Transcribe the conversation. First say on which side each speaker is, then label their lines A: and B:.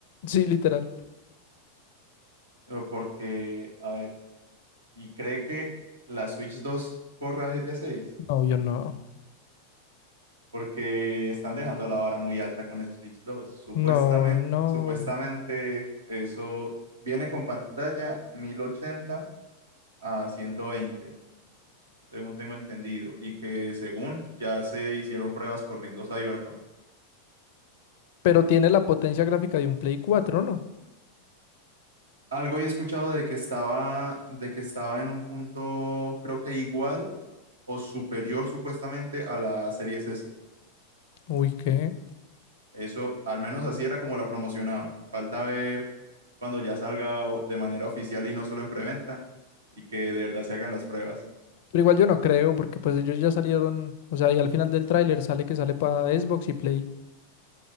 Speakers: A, on the left (about 50°); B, on the right (about 70°).
A: Sí, literal.
B: Eh, Porque, a ver, ¿y cree que la Switch dos corra GTA seis
A: No, yo no.
B: Porque están dejando la vara muy alta con esa Switch dos Supuestamente,
A: No, no.
B: supuestamente eso viene con pantalla 1080 a ciento veinte según tengo entendido, y que según ya se hicieron pruebas corriendo Cyberpunk.
A: Pero tiene la potencia gráfica de un Play cuatro ¿no?
B: Algo he escuchado de que estaba, de que estaba en un punto, creo que igual o superior supuestamente a la Series S.
A: Uy, ¿qué?
B: Eso, al menos así era como la promocionaban. Falta ver cuando ya salga o- de manera oficial y no solo en preventa, y que de verdad se hagan las pruebas.
A: Pero igual yo no creo, porque pues ellos ya salieron, o sea, y al final del tráiler sale que sale para Xbox y Play.